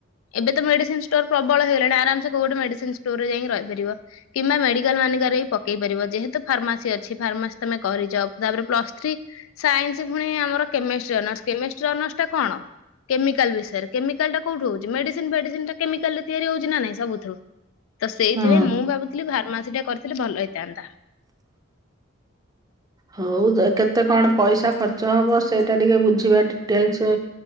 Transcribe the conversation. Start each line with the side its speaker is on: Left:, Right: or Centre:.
Left: ଏବେ ତ ମେଡିସିନ ଷ୍ଟୋର ପ୍ରବଳ ହେଇଗଲାଣି ଆରାମ ସେ କୋଉ ଗୋଟେ ମେଡିସିନ ଷ୍ଟୋରରେ ଯାଇକି ରହିପାରିବ। କିମ୍ବା ମେଡିକାଲ ମାନଙ୍କରେ ବି ପକେଇ ପାରିବ ଯେହେତୁ ଫାର୍ମାସି ଅଛି ଫାର୍ମାସି ତମେ କରିଚ ତାପରେ ପ୍ଲସ ଥ୍ରୀ ସାଇନ୍ସ ପୁଣି ଆମର କେମିଷ୍ଟ୍ରି ଅନର୍ସ କେମିଷ୍ଟ୍ରି ଅନର୍ସ ଟା କଣ? କେମିକାଲ ବିଷୟରେ କେମିକାଲ ଟା କଉଠୁ ହଉଛି ମେସିନ ଫେଡିସିନ ଟା କେମିକାଲରେ ତିଆରି ହଉଛି ନା ନାଇଁ ସବୁଥୁ ତ ସେଇଥିପାଇଁ
Right: ହଁ
Left: ମୁଁ ଭାବୁଥିଲି ଫାର୍ମାସିୀ ଟା କରିଥିଲେ ଭଲ ହେଇଥାନ୍ତା।
Right: ହଉ କେତେ କଣ ପଇସା ଖର୍ଚ୍ଚ ହବ ସେଇଟା ଟିକେ ବୁଝିବା ଡିଟେଲସ।